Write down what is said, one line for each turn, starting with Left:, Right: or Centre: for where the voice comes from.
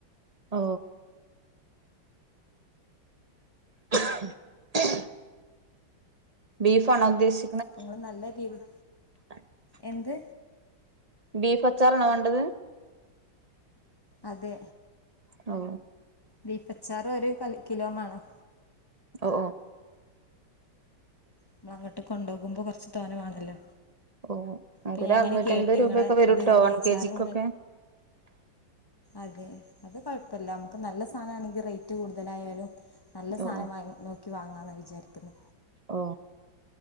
Right: ഓ <inaudible> <unintelligible> ബീഫാണോ ഉദ്ദേശി
Left: നിങ്ങള് നല്ലടീമാ
Right: <inaudible>
Left: എന്ത്
Right: ബീഫച്ചാറാണോ വേണ്ടത്
Left: അതെ
Right: ഓ
Left: ബീഫച്ചാറും, ഒരു കറി കിലോംവേണം
Right: ഓ..
Left: നമ്മളങ്ങോട്ട് കൊണ്ടുപോകുമ്പോൾ കുറച്ച് തോരൻ വേണമല്ലോ
Right: ഓ നമുക്കൊരു
Left: പിന്നയങ്ങനെ
Right: അറുന്നൂറ്റൻപത്
Left: കേട്ട് നിങ്ങളിതിങ്ങനെ
Right: രൂപയൊക്കെ വരൂട്ടോ വൺ
Left: അച്ചാറ്,
Right: കെ ജിക്കൊക്കെ
Left: അത് അതുകുഴപ്പമില്ല നമുക്ക് നല്ല സ അതാണെങ്കിൽ റേറ്റ് കൂടുതലായാലും നല്ല സാധനം
Right: ഓ
Left: വാങ്ങി, നോക്കി വാങ്ങി.. ഇന്നാളത് ചേർത്തില്ല
Right: ഓ..